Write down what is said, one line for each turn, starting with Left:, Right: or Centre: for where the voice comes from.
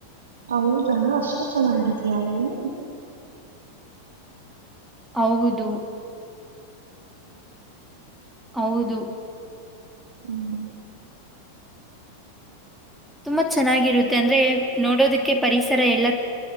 Right: ಹೌದಾ ಅಷ್ಟು ಚೆನ್ನಾಗಿದಯಾ ಅಲ್ಲಿ
Centre: ಹೌದು ಹೌದು
Right: ಹ್ಮ್
Centre: ತುಂಬಾ ಚೆನ್ನಾಗಿರುತ್ತೆ ಅಂದ್ರೆ ನೋಡೋದಕ್ಕೆ ಪರಿಸರ ಎಲ್ಲ